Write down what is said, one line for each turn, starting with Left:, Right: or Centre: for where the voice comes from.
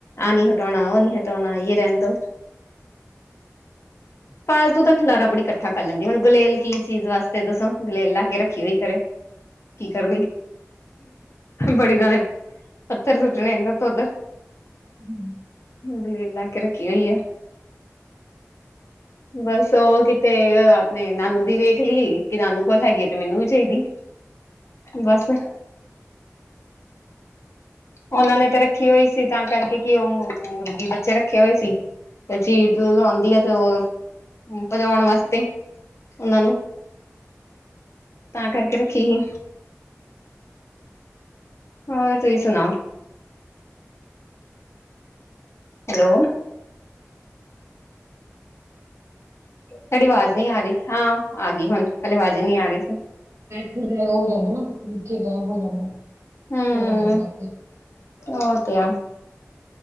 Left: ਆਹ ਨੀ ਹਟਾਉਣਾ ਉਹ ਨੀ ਹਟਾਉਣਾ ਯੇ ਰਹਿਣ ਦੋ। ਫਾਲਤੂ ਦਾ ਖਿਲਾਰਾ ਬੜੀ ਇਕੱਠਾ ਕਰ ਲੈਂਦੀ ਹੁਣ ਗੁਲੇਲ ਕੀ ਚੀਜ਼ ਵਾਸਤੇ ਤੇ ਦੱਸੋ ਗੁਲੇਲ ਲਾ ਕੇ ਰੱਖੀ ਹੋਈ ਕਰੇ, ਕੀ ਕਰਨੀ ਬੜੀ ਦੇ ਪੱਥਰ ਸੁੱਟਣੇ ਇਦਰ ਤੋਂ ਉੱਧਰ।
Right: ਹੁ।
Left: ਗੁਲੇਲ ਲੈ ਕੇ ਰੱਖੀ ਹੋਈ ਐ, ਬਸ ਉਹ ਕਿਤੇ ਆਪਣੇ ਨਾਨੂ ਦੀ ਵੇਖ ਲੀ ਕਿ ਨਾਨੂ ਕੋਲ ਹੈਗੀ ਐ ਤੇ ਮੈਨੂੰ ਵੀ ਚਾਹੀਦੀ। ਬਸ ਉਹਨਾਂ ਨੇ ਤੇ ਰੱਖੀ ਹੋਈ ਸੀ ਤਾਂ ਕਰਕੇ ਕਿ ਉਹ ਮੁੁਰਗੀ ਬੱਚੇ ਰੱਖੇ ਹੋਏ ਸੀ ਤੇ ਚੀਦ ਲਾਉਂਦੀ ਆ ਤੇ ਹੋਰ ਪਜਾਉਣ ਵਾਸਤੇ ਉਹਨਾਂ ਨੂੰ ਤਾਂ ਕਰਕੇ ਰੱਖੀ ਏ। ਹੋਰ ਤੁਸੀਂ ਸੁਣਾਓ? ਹੈਲੋ। ਤੁਹਾਡੀ ਆਵਾਜ਼ ਨਹੀਂ ਆ ਰਹੀ, ਹਾਂ ਆ ਗਈ ਹੁਣ ਪਹਿਲੇ ਆਵਾਜ਼ ਹੀ ਨਹੀਂ ਆ ਰਹੀ ਸੀ।
Right: ਫੇਰ ਹੋ ਜਾਂਦਾ ਨਾ ਵਿਚੇ ਗਾਇਬ ਹੋ ਜਾਂਦਾ।
Left: ਹਮ
Right: ਫੇਰ ਆ ਜਾਣਾ।
Left: ਉਹ ਤੇ ਆ